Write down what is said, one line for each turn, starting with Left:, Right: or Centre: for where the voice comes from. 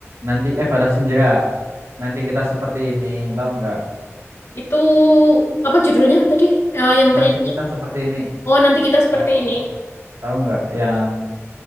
Right: nanti eh batas senja. Nanti kita seperti ini, tahu nggak?
Left: Itu apa judulnya tadi? Eh, yang penyanyinya.
Right: Nanti kita seperti ini.
Left: Oh, nanti kita seperti
Right: Oh,
Left: ini.
Right: tahu nggak yang